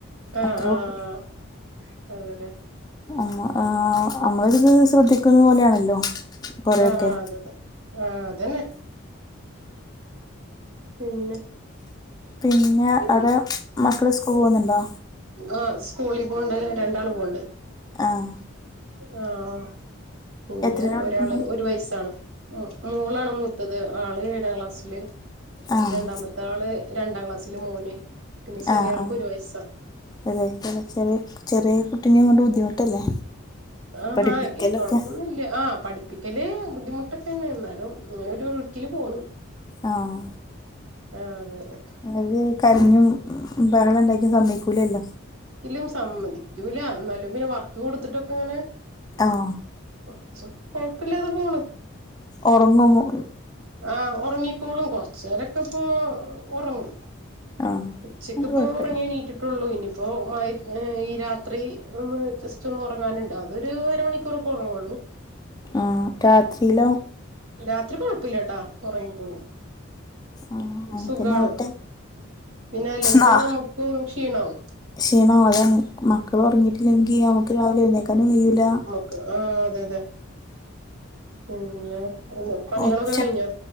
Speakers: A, on the right (about 85°); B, on the left (about 20°).
A: ആഹ
B: അത്രേ
A: ആഹ
B: ഉള്ളൂ
A: ആണല്ലേ
B: മ്മ ആഹ നമ്മള് ഇത് ശ്രദ്ധിക്കുന്നത് പോലെയാണല്ലോ കൊറെയൊക്കെ
A: ആഹ് അത അതെ ആഹ് അതന്നെ പിന്നെ
B: പിന്നെ
A: പിൻ
B: അവിടെ മക്കള് സ്കൂൾ പോകുന്നുണ്ടോ?
A: ആ സ്കൂളിൽ പോണ്ട് രണ്ടാള് പോണ്ട്.
B: ആഹ്
A: ആഹ് പിന്നെ
B: എത്രയിലാ പഠിക്കുന്നെ
A: ഒരാള് ഒരു വയസാണ് ഉ മോളാണ് മൂത്തത് ആള് ഏഴാം ക്ലാസ്സില്
B: ആഹ്
A: രണ്ടാമത്തെ ആള് രണ്ടാം ക്ലാസ്സില്. മോന് പിന്നെ ചെറിയാൾക്ക്
B: ആഹ് ആഹ്
A: ഒരു വയസാ.
B: അതെ <unintelligible> ചെറിയ കുട്ടിനെയും കൊണ്ട് ബുദ്ധിമുട്ടല്ലേ?
A: ആഹഹാ
B: പഠിപ്പിക്കലൊക്കെ
A: ഏയ്‌ കൊഴപ്പൊന്നുല്ല ആ പഠിപ്പിക്ക ക്കല് ബുദ്ധിമുട്ടൊക്കെ തന്നെ ന്നാലും അങ്ങനെ ഒഴുക്കില് പോണ്.
B: ആഹ്
A: ആഹ് അതെ അതെ
B: അത് കരഞ്ഞും ബഹളം ണ്ടാക്കിം സമ്മയ്ക്കൂലല്ലോ.
A: ഇല്ല സമ്മതിക്കൂല ന്നാലും പിന്നെ വർക്ക് കൊടുത്തിട്ടൊക്കെ അങ്ങനെ
B: ആഹ്
A: കൊറച് കൊഴപ്പില്ലാതെ പോണ്
B: ഒറങ്ങോ മോള്
A: ആഹ് ഉറങ്ങിക്കോളും കൊറച്ചേരൊക്കെ ഇപ്പൊ ഒറങ്ങും
B: ആഹ്
A: ഉച്ചക്കിപ്പ
B: അത് കൊഴപ്പില്ല
A: ഉറങ്ങിണീട്ടി ട്ടുള്ളൂ ഇനിയിപ്പോൾ മഴ ഈ രാത്രി ഒന്ന് <unintelligible> ജസ്റ്റ്‌ ഒന്ന് ഒറങ്ങാനുണ്ട് അതൊരു അരമണിക്കൂറൊക്കെ ഉറങ്ങുള്ളൂ
B: ആഹ് രാത്രിലോ
A: രാത്രി കൊഴപ്പില്ലട്ടോ ഒറങ്ങിക്കോളും
B: ആഹ് അങ്ങനെ
A: സുഖാണ്
B: തന്നെ ആവട്ടെ
A: പിന്നെ അല്ലെങ്കി
B: നാ
A: പിന്നെ നമുക്ക് ക്ഷീണാവും
B: ക്ഷീണാവും അതാണ് മക്കൾ ഉറങ്ങിയിട്ടില്ലെങ്കി നമുക്ക് രാവിലെ എഴുന്നേല്ക്കാനും കയ്യൂല
A: ആഹ് അതെ അതെ പിന്നെ പണികളൊക്കെ
B: ഉച്ച
A: കഴിഞ്ഞോ?